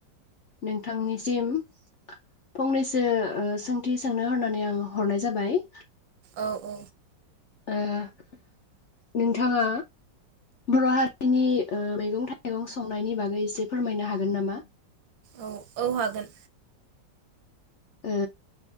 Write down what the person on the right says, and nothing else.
औ औ
औ औ हागोन।